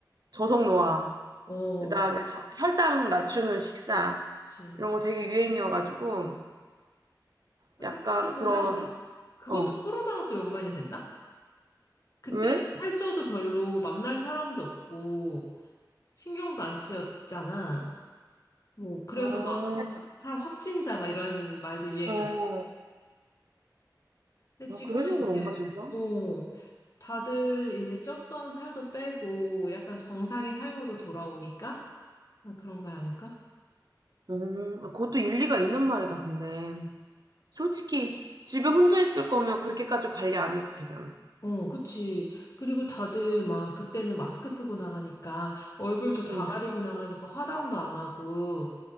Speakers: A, on the right; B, on the left.
A: 저속노화.
B: 어,
A: 그다음에 저- 음. 혈당 낮추는 식사.
B: 그치.
A: 이런 거 되게 유행이어가지고
B: 생각해보면
A: 약간 그런
B: 그것도
A: 어,
B: 코로나랑 또 연관이 된다? 그때
A: 왜?
B: 살쪄도 별로 만날 사람도 없고 신경도 안 쓰였잖아. 뭐, 그래서
A: 아,
B: 막 확- 확진자 막 이런 말도 유행이었
A: 어.
B: 근데 지금은
A: 아, 그래서 그런가
B: 이제,
A: 진짜?
B: 어, 다들 이제 쪘던 살도 빼고 약간 정상의 삶으로 돌아오니까? 아, 그런 거 아닐까?
A: 음, 아, 그것도 일리가 있는 말이다, 근데. 솔직히 집에 혼자 있을 거면 그렇게까지 관리 안 해도 되잖아.
B: 어, 그치. 그리고 다들 막 그때는 마스크 쓰고 나가니까 얼굴도 다
A: 응.
B: 가리고 나가니까 화장도 안 하고